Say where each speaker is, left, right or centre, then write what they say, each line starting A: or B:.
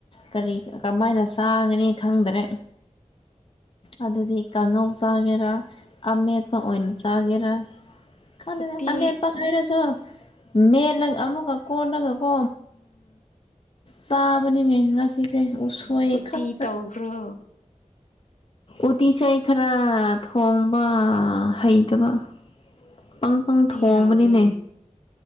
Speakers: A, on the left (about 45°); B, on the left (about 70°).
A: ꯀꯔꯤ ꯀꯃꯥꯏꯅ ꯆꯥꯒꯅꯤ ꯈꯪꯗ꯭ꯔꯦ ꯑꯗꯨꯗꯤ ꯀꯥꯡꯉꯧ ꯆꯥꯒꯦꯔꯥ ꯑꯃꯦꯠꯄ ꯑꯣꯏꯅ ꯆꯥꯒꯦꯔꯥ ꯈꯂꯗ
B: ꯎꯇꯤ
A: ꯑꯃꯠ ꯄ ꯍꯥꯏꯔꯁꯨꯣ ꯃꯦꯂ ꯑꯃꯨꯛꯀ ꯀꯣꯟꯅꯒꯀꯣ ꯆꯥꯕꯅꯤꯅꯦ ꯉꯁꯤꯁꯦ ꯎꯁꯣꯏ
B: ꯎꯇꯤ
A: ꯈꯥꯛꯇ
B: ꯇꯧꯈ꯭ꯔꯣ
A: ꯎꯇꯤꯤꯁ ꯈꯔ ꯊꯣꯡꯕ ꯍꯩꯇꯕ ꯄꯪ ꯄꯪ
B: ꯎꯇꯤ
A: ꯊꯣꯡꯕꯅꯤꯅꯦ
B: ꯍꯥꯎꯋꯦ